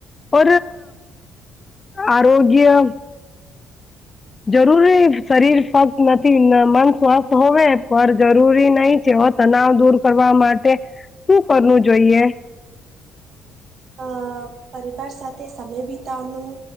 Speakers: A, on the left (about 25°); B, on the right (about 55°).
A: ઓ આરોગ્ય જરૂરી શરીર ફક્ત નથી મન સ્વસ્થ હોવે પણ જરૂરી નહીં છે. તનાવ દૂર કરવા માટે શું કરવું જોઈએ.
B: અ પરિવાર સાથે સમય બિતાવણું